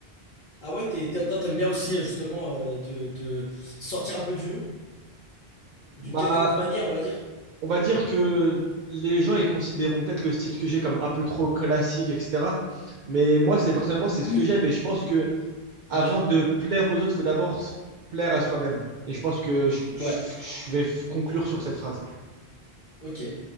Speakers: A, on the left; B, on the right.
A: Ah ouais, t'es- t'es- toi, t'aimes bien aussi, euh, justement, euh, te, te sortir un peu du lot, d'une
B: Bah,
A: quelconque manière, on va dire.
B: on va dire que les gens ils considéreront peut-être le style que j'ai comme un peu trop classique, etc. Mais moi, c'est
A: Mhm.
B: personnellement, c'est
A: <clears throat>
B: ce que j'aime. Et je pense que avant
A: Ouais,
B: de plaire aux autres, faut d'abord se plaire à soi-même. Et je pense que je
A: ouais,
B: je- je vais conclure sur cette phrase.
A: ok.